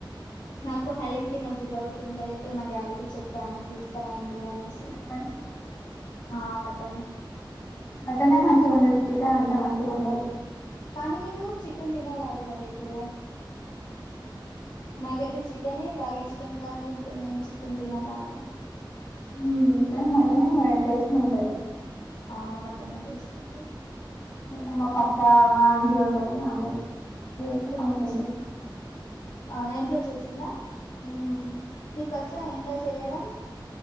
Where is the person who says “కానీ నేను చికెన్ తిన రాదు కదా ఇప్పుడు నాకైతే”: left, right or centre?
Left